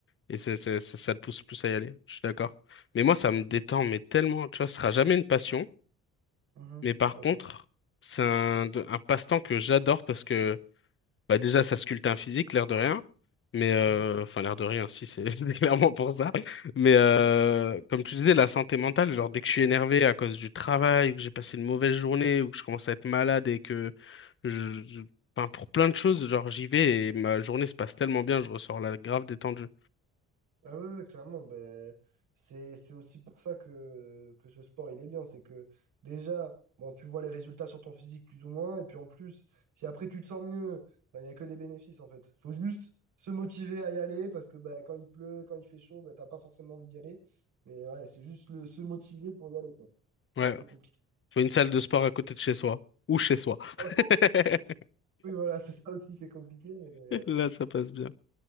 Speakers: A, on the left; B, on the right.
A: Et c'est, c'est- ça, ça te pousse plus à y aller, je suis d'accord. Mais moi, ça me détend, mais tellement, tu vois, ce sera jamais une passion.
B: Mhm.
A: Mais par
B: Ok.
A: contre, c'est un, de- un passe-temps que j'adore parce que, bah déjà, ça sculpte un physique, l'air de rien. Mais, euh,
B: Mhm.
A: enfin, l'air de rien, si, c'est <laughs> c'est clairement pour ça. Mais, euh,
B: Ouais.
A: comme tu disais, la santé mentale, genre, dès que je suis énervé à cause du travail, ou que j'ai passé une mauvaise journée, ou que je commence à être malade et que je, je- enfin, pour plein de choses, genre, j'y vais et ma journée se passe tellement bien, je ressors là grave détendu.
B: Ah ouais, ouais, clairement, ben, c'est, c'est aussi pour ça que, que ce sport, il est bien. C'est que déjà, bon, tu vois les résultats sur ton physique plus ou moins, et puis en plus, si après tu te sens mieux, ben, il n'y a que des bénéfices en fait. Faut juste se motiver à y aller, parce que ben, quand il pleut, quand il fait chaud, ben, t'as pas forcément envie d'y aller. Mais ouais, c'est juste le, se motiver pour y aller, quoi, qui
A: Ouais,
B: est un peu compliqué.
A: Faut une salle de sport à côté de chez soi. Ou chez soi.
B: <laughs>
A: <laughs>
B: Oui, voilà, c'est ça aussi qui est compliqué, mais
A: Là, ça passe bien.